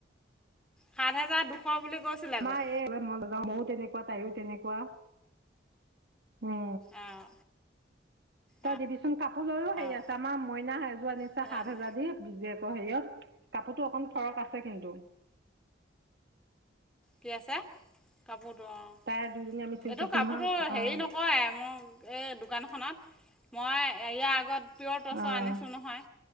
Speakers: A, in the centre; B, on the right (about 60°).
A: সাত হাজাৰ দুশ বুলি কৈছিলেগৈ
B: আমা এই মাও ময়ও তেনেকুৱা তাইও তেনেকুৱা উঁ
A: অঁ
B: তই
A: অঁ
B: দিবিচোন কাপোৰ লৈয়ও হেৰি
A: অঁ
B: আছে আমাৰ মইনা স যোৱা নিচ্চা
A: সেইকাৰণে
B: সাত হাজাৰ দিে হেৰিয়ত কাপোৰতো অকন ফৰক আছে কিন্তু
A: কি আছে কাপোৰ অ' এইটো
B: তাই দুজনী আমি চিউচ আছো
A: কাপোৰটো
B: নহয় অ
A: হেৰি নকয় মোক এই দোকানখনত মই ইয়াৰ আগত পিয়ৰ তটচৰ
B: অ
A: আনিছোঁ নহয়